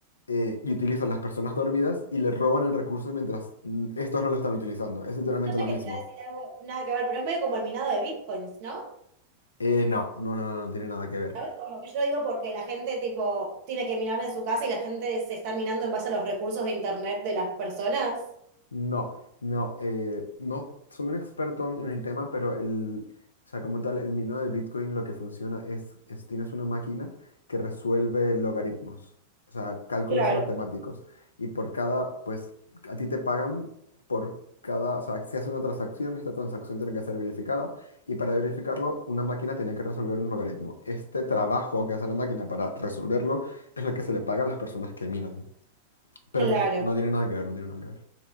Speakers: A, on the left (about 75°); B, on the right (about 50°).
A: eh, y utilizan las personas dormidas y les roban el recurso mientras mm, estos no lo están utilizando. Es literalmente
B: Yo sé
A: lo mismo.
B: que te iba a decir algo, nada que ver, pero es medio como el minado de bitcoins, ¿no?
A: Eh, no, no, no, no, no tiene nada que ver.
B: ¿Sabes? Como que yo lo digo porque la gente tipo tiene que minar en su casa y la gente se está minando en base a los recursos de internet de las personas.
A: No, no, eh, no soy un experto en el tema, pero el, o sea, como tal, el minado de Bitcoin lo que funciona es, es tienes una máquina que resuelve logaritmos, o sea, cálculos
B: Claro.
A: matemáticos. Y por cada, pues, a ti te pagan por cada, o sea, si haces una transacción, esta transacción tiene que ser verificada. Y para verificarlo, una máquina tiene que resolver un logaritmo. Este trabajo que hace la máquina para resolverlo es lo que se le paga a las personas que minan. Pero
B: Claro.
A: no, no tiene nada que ver, no tiene nada que ver.